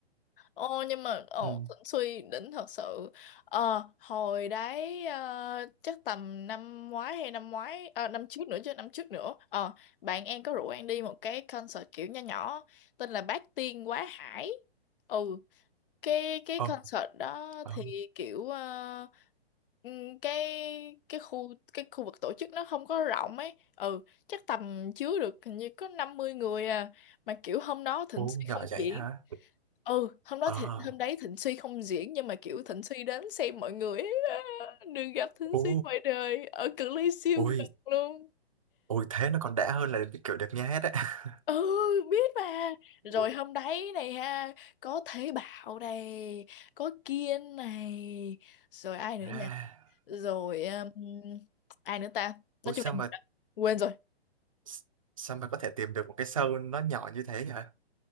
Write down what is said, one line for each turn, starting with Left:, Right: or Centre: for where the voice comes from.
Left: ô nhưng mà ồ
Right: ừ
Left: Thịnh Suy đỉnh thật sự ờ hồi đấy ờ, chắc tầm năm ngoái hay năm ngoái ờ, năm trước nữa chứ năm trước nữa ờ bạn em có rủ em đi một cái concert kiểu nho nhỏ tên là Bát Tiên Quá Hải ừ cái cái
Right: ờ
Left: concert đó
Right: ờ
Left: thì kiểu ờ, ừm, cái cái khu cái khu vực tổ chức nó không có rộng ấy ừ chắc tầm chứa được hình như có 50 người à mà kiểu hôm đó Thịnh
Right: ồ
Left: Suy
Right: nhỏ
Left: không
Right: vậy
Left: diễn
Right: hả
Left: ừ hôm đó
Right: ờ
Left: thì hôm đấy Thịnh Suy không diễn nhưng mà kiểu Thịnh Suy đến xem mọi người ấy. <laughs> đừng gặp Thịnh
Right: ồ
Left: Suy ngoài đời ở cự ly siêu
Right: ôi
Left: gần luôn
Right: ôi thế nó còn đã hơn là kiểu được nghe hết á <laughs>
Left: ừ biết mà rồi
Right: Ồ.
Left: hôm đấy này ha có Thế Bảo này có Kiên này rồi ai nữa
Right: à
Left: nhỉ rồi um, ai nữa ta nói
Right: ôi
Left: chung
Right: sao
Left: là
Right: mà
Left: quên rồi
Right: S- sao mà có thể tìm được một cái show nó nhỏ như thế vậy